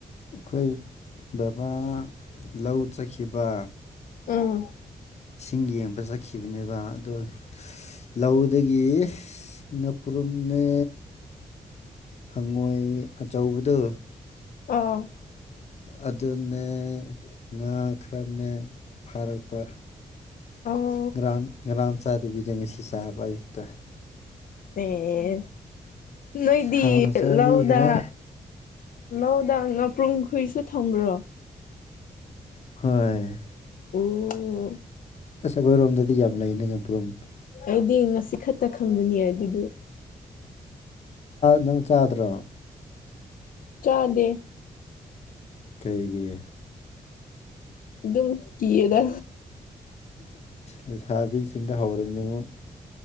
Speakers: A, on the left; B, on the left.
A: ꯑꯩꯈꯣꯏ ꯕꯕꯥ ꯂꯧ ꯆꯠꯈꯤꯕ
B: ꯎꯝ
A: ꯏꯁꯤꯡ ꯌꯦꯡꯕ ꯆꯠꯈꯤꯕꯅꯦꯕ ꯑꯗꯣ ꯂꯧꯗꯒꯤ ꯉꯥꯄ꯭ꯔꯨꯝꯅꯦ ꯍꯪꯉꯣꯏ ꯑꯆꯧꯕꯗꯣ
B: ꯑꯥ
A: ꯑꯗꯨꯅꯦ ꯉꯥ ꯈꯔꯅꯦ ꯐꯥꯔꯛꯄ
B: ꯑꯣ
A: ꯭ꯉꯔꯥꯡ ꯉꯔꯥꯡ ꯆꯥꯗꯕꯤꯗ ꯉꯁꯤ ꯆꯥꯕ ꯑꯌꯨꯛꯇ
B: ꯑꯦ ꯅꯣꯏꯗꯤ
A: ꯍꯥꯎꯅ ꯆꯥꯕꯤꯈ꯭ꯔꯦ
B: ꯂꯥꯎꯗ ꯂꯧꯗꯥ ꯉꯥꯄ꯭ꯔꯨꯝ ꯈꯣꯏꯁꯨ ꯊꯝꯕ꯭ꯔꯣ
A: ꯍꯣꯏ
B: <unintelligible>
A: ꯑꯁ ꯑꯩꯈꯣꯏꯔꯣꯝꯗꯗꯤ ꯌꯥꯝ ꯂꯩꯅꯤ ꯉꯛꯄ꯭ꯔꯨꯝ
B: ꯑꯩꯗꯤ ꯉꯁꯤ ꯈꯛꯇ ꯈꯪꯕꯅꯦ ꯑꯗꯨꯗꯨ
A: ꯅꯪ ꯆꯥꯗ꯭ꯔꯣ
B: ꯆꯥꯗꯦ
A: ꯀꯩꯒꯤ
B: ꯑꯗꯨꯝ ꯀꯤꯔꯒ
A: ꯂꯩꯁꯥꯕꯤ ꯁꯤꯟꯇ ꯍꯥꯎꯔꯦꯅꯦꯉꯣ